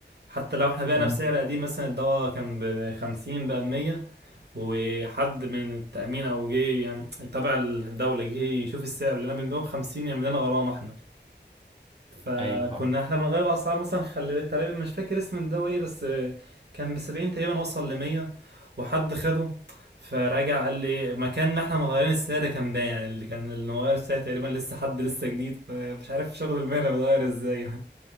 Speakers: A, on the right; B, on the right.
A: حتى لو احنا بعنا
B: مم.
A: بسعر قديم مثلا الدواء كان ب 50 بقى 100 وحد من التامين او جه يعني تبع الدوله جه يشوف السعر اللي انا بنبيعه ب 50 يعمل لنا غرامه احنا فكنا
B: ايوه فاهم
A: احنا بنغير الاسعار مثلا خلي تقريبا مش فاكر اسم الدواء ايه بس آه، كان بسبعين تقريبا وصل لمية وحد خده فراجع قال لي إيه، مكان ما احنا مغيرين السعر كان باين يعني اللي كان اللي مغير السعر تقريبا لسه حد لسه جديد فمش عارف شغل المهنة بيتغير ازاي يعني